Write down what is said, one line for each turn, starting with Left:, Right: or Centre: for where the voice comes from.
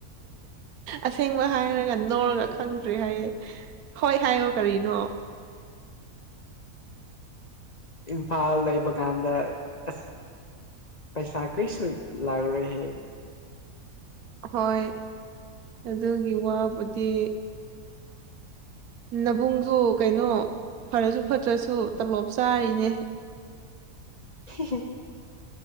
Right: ꯑꯁꯦꯡꯕ ꯍꯥꯏꯔꯒ ꯅꯣꯛꯔꯒ ꯈꯪꯗ꯭ꯔꯦ ꯍꯥꯏꯌꯦ ꯍꯣꯏ ꯍꯥꯏꯌꯣ ꯀꯔꯤꯅꯣ
Left: ꯏꯝꯐꯥꯜ ꯂꯩꯕ ꯀꯥꯟꯗ ꯑꯁ ꯄꯩꯁꯥ ꯀꯔꯤꯁꯨ ꯂꯥꯛꯔꯣꯏꯍꯦ
Right: ꯍꯣꯏ ꯑꯗꯨꯒꯤ ꯋꯥꯕꯨꯗꯤ ꯅꯕꯨꯡꯁꯨ ꯀꯩꯅꯣ ꯐꯔꯁꯨ ꯐꯠꯇ꯭ꯔꯁꯨ ꯇꯣꯂꯣꯞ ꯆꯥꯔꯤꯅꯦ
Left: <unintelligible>